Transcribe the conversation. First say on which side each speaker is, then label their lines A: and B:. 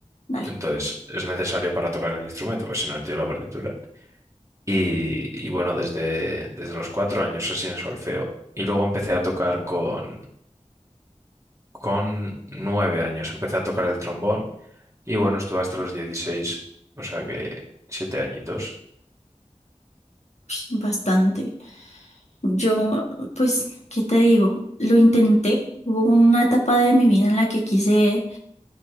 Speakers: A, on the left; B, on the right.
A: Dale.
B: Entonces es necesario para tocar el instrumento, pues si no entiendo la partitura. Y, y bueno, desde, desde los cuatro años así en solfeo. Y luego empecé a tocar con, con nueve años, empecé a tocar el trombón. Y bueno, estuve hasta los dieciséis o sea que siete añitos.
A: Uy, bastante. Yo, pues, ¿qué te digo? Lo intenté. Hubo una etapa de mi vida en la que quise